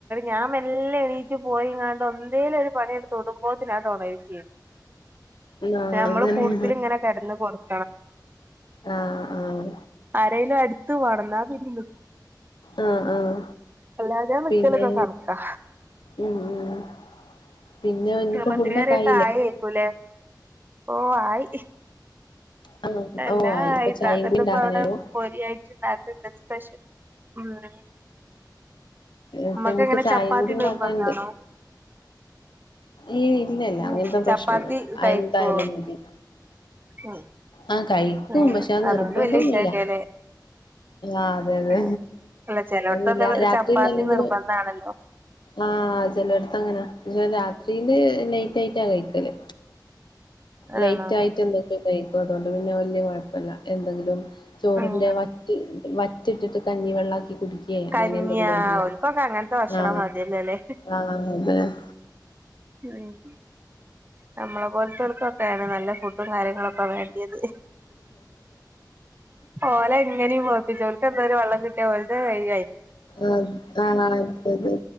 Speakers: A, on the right; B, on the left.
A: ഞാൻ മെല്ലേ എണീറ്റ് പോയി ഇങ്ങാണ്ട് ഒ ഇന്തേലും ഒരു പണിയെടുത്ത് തുടങ്ങുമ്പോ ഉണരുകയും ചെയ്യും
B: ആഹ്
A: നമ്മള്
B: അതന്നെ
A: കൂടുതൽ ഇങ്ങനെ കിടന്ന് കൊടുക്ക
B: ആഹ് ആഹ്
A: ആരലും അടുത്തു വേണം എന്നാ പിന്ന
B: ആഹ് ആഹ്
A: അല്ലാതെ നിക്കലൊക്കെ
B: പിന്നെ
A: കണക്കാ
B: ഉം ഉം പിന്നെ ഇനിയിപ്പോ
A: പത്രികാരൊക്കെ
B: ഫുഡൊക്കെ ആയില്ലേ
A: <unintelligible> ഓ ആയി
B: ആഹ്
A: അല്ല
B: ഓഹ് ആയി ഇപ്പൊ
A: ഇതാത്ത
B: ചായയും കൂടി ഉണ്ടാക്കാനായിരുന്നു
A: ഇപ്പോ അവിടെ പോരി ആയിട്ട് ഇണ്ടാത്തണ്ട് സ്പെഷ്യൽ ഉണ്ട്
B: ഇപ്പൊ
A: നമ്മക്ക്
B: എനിക്ക്
A: എങ്ങനെ
B: ചായയും
A: ചപ്പാത്തി
B: കൂടി ഉണ്ടാക്കാനുണ്ട്
A: നിർബന്ധാണോ
B: ഈ ഇല്ലല്ല
A: ഉം
B: അങ്ങനത്തെ
A: ചപ്പാത്തി
B: പ്രശ്നൊന്നുമ
A: കഴിക്കോ
B: എന്തായാലും മതി
A: ഉം
B: ആഹ് കഴിക്കും
A: ഉം
B: പക്ഷെ അത്
A: അതുകൊണ്ട്
B: നിർബന്ധൊന്നുമില്ല
A: വല്യ വിഷയല്ലല്ലേ
B: ആഹ അതെ അതെ
A: ഉം അല്ല ചെലോട്ത്തൊക്കെ
B: അതല്ല രാത്രിൽ
A: ചപ്പാത്തി
B: അല്ലെങ്കിലും
A: നിർബന്ധാണല്ലോ
B: ആഹ് ചിലയിടത്ത് അങ്ങനാ പക്ഷെ രാത്രിയില് ലേറ്റ് ആയിട്ടാ കഴിക്കല് ലൈറ്റ്
A: ആണോ
B: ആയിട്ട് എന്തെങ്കിലും കഴിക്കും അതുകൊണ്ട് പിന്നെ വലിയ കുഴപ്പല്ല എന്തെങ്കിലും ചോറിന്റെ
A: ഉം
B: വറ്റ വറ്റിട്ടിട്ട് കഞ്ഞിവെള്ളം ആക്കി കുടിക്ക
A: കഞ്ഞിയാ
B: അങ്ങനെ എന്തണ്ടോ ചെയ്യ
A: ഓൽക്കൊക്കെ അങ്ങനത്തെ ഭക്ഷണം
B: ആ
A: മതിയല്ലോല്ലേ
B: ആ അതെ ഉം
A: ഉം നമ്മളെ പോലത്തോർക്കൊക്കെയാണ് നല്ല ഫുഡും കാര്യങ്ങളൊക്കെ വേണ്ടത് പോലെ എങ്ങനെയും <unintelligible> എന്ത വെള്ളം കി അ വളതായി <unintelligible>
B: ആഹ് ആഹ് അതെ അതെ